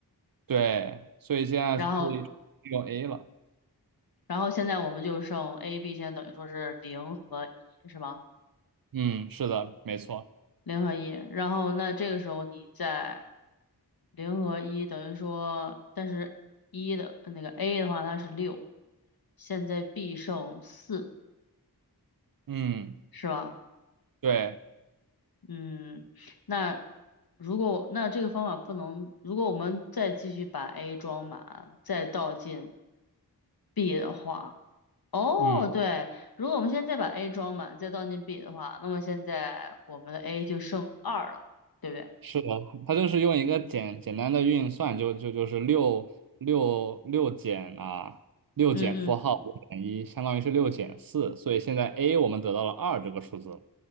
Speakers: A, on the right (about 60°); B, on the left (about 65°).
A: 对，所以现在可以利用
B: 然后
A: A 了。
B: 然后现在我们就剩 A、B，现在等于说是零和一是吧？
A: 嗯，是的，没错。
B: 零和一，然后那这个时候你再零和一等于说，但是一的那个 A 的话它是六，现在 B 剩四
A: 嗯，
B: 是吧？
A: 对，
B: 嗯，那如果那这个方法不能，如果我们再继续把 A 装满，再倒进 B 的话，哦，
A: 嗯。
B: 对，如果我们现在再把 A 装满，再倒进 B 的话，那么现在我们的 A 就剩二了，对不对？
A: 是的，它就是用一个简简单的运算，就就就是六六六减啊，六减括号五减一，
B: 嗯嗯
A: 相当于是六减四，所以现在 a 我们得到了二这个数字了，